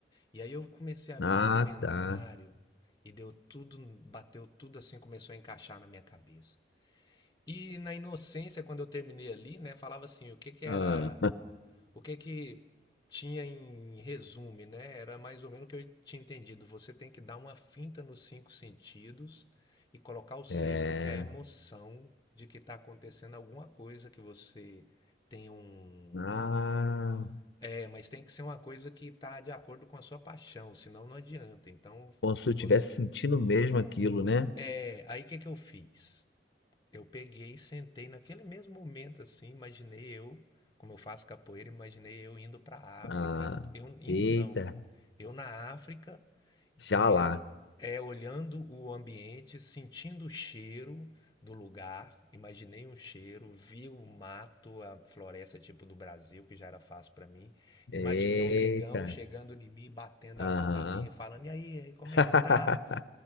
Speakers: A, on the left (about 20°); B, on the left (about 70°).
A: E aí eu comecei a ver
B: Ah,
A: o documentário
B: tá.
A: e deu tudo, bateu tudo assim, começou a encaixar na minha cabeça. E na inocência, quando eu terminei ali, né, falava assim, o que que era,
B: Ah,
A: o que que tinha em resumo, né? Era mais ou menos o que eu tinha entendido. Você tem que dar uma finta nos cinco sentidos e colocar o sexto,
B: <laughs> é.
A: que é a emoção de que está acontecendo alguma coisa que você tem um,
B: Ah,
A: é, mas tem que ser uma coisa que tá de acordo com a sua paixão, senão não adianta. Então,
B: como se eu
A: você...
B: estivesse sentindo mesmo aquilo, né?
A: É, aí o que que eu fiz? Eu peguei e sentei naquele mesmo momento, assim, imaginei eu, como eu faço capoeira, imaginei eu indo pra África.
B: Ah,
A: Eu indo
B: eita,
A: não. Eu na África,
B: já
A: Vendo
B: lá.
A: é olhando o ambiente, sentindo o cheiro do lugar. Imaginei um cheiro, vi o mato, a floresta tipo do Brasil, que já era fácil para mim. Imaginei
B: Eita.
A: um negão chegando em mim, batendo
B: Aham.
A: a mão na minha, e falando: "E aí, como
B: <laughs>
A: é que tá?"